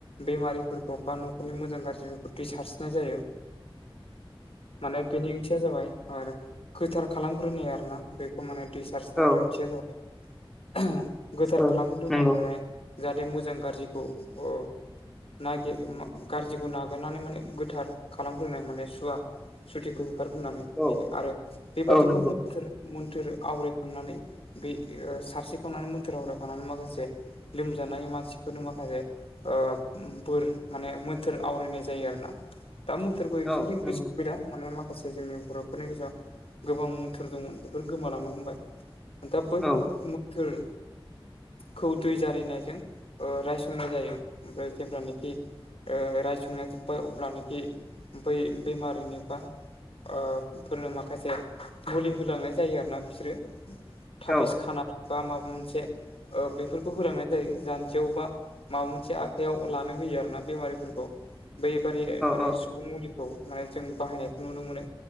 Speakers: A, on the left; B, in the centre.
A: बेमारिफोरखौ बा नखरनि मोजां गाज्रिफोरखौ दै सारस्रिनाय जायो माने बेनि ओंथिया जाबाय आरो गोथार खालामग्रोनाय आरोना बेखौ माने दै सास्रिनायनि
B: औ
A: ओंथिया जाबाय गोथार
B: औ
A: खालामग्रोनाय
B: नंगौ
A: माने जाहाथे मोजां गाज्रिखौ <unintelligible> नागिर गाज्रिखौ नागारनानै माने गोथार खालामग्रोनाय माने सुवा सुतिखौ होखारग्रोनानै
B: औ
A: बेनो आरो बेबायदिखौ
B: औ नंगौ
A: मोन्थोर मोन्थोर आवरायखांनानै बे ओ सारस्रिखांनानै मोन्थोर आवरायखांनानै माखासे लोमजानाय मानसिफोरनो माखासे ओ बोर माने मोन्थोर आवरायनाय जायो आरो ना दा मोन्थोरखौ एकजेलि
B: औ नंगौ
A: गोसो गैला मान माखासे जोंनि बर'फो फोरनि गेजेराव गोबां मोन्थोर दंमोन बेफोर गोमालांनो हमबाय दा बैफोर
B: औ
A: थोर खौ दै जारियनायजों रायसंनाय जायो ओमफ्राय जेब्लानाखि ओ रायसंनाय जोब्बाय अब्लानोखि बै बेमारिनि बा ओ फोरनो माखासे मुलि होलांनाय जायो आरो ना बिसोरो थाफिस
B: औ
A: खाना बा माबा मोनसे ओ बेफोरखौ होलांनाय जायो जानजियाव बा माबा मोनसे आखाइयाव लानो होयो आरोना बेमारिफोरखौ बैबादि माने
B: औ
A: सुबुं मुलिखौ माने जों बाहायनायखौ नुनो मोनो